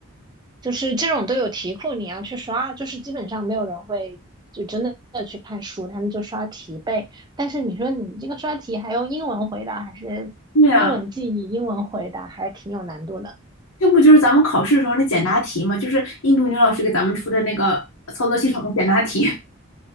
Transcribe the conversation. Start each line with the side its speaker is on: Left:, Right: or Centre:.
Right: 就是这种都有题库，你要去刷，就是基本上没有人会就真的去看书，他们就刷题背。但是你说你这个刷题还用英文回答，还是英文记忆、
Left: <laughs> 对呀，
Right: 英文回答，还挺有难度的。
Left: 这不就是咱们考试的时候那简答题吗？就是印度女老师给咱们出的那个操作系统的简答题，